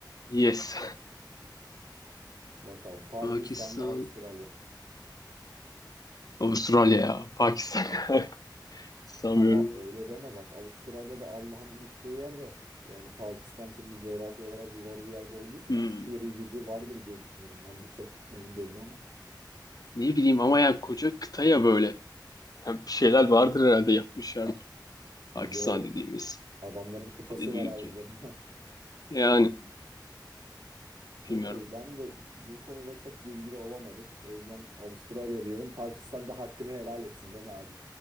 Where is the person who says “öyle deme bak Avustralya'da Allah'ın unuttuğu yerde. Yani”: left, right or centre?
Right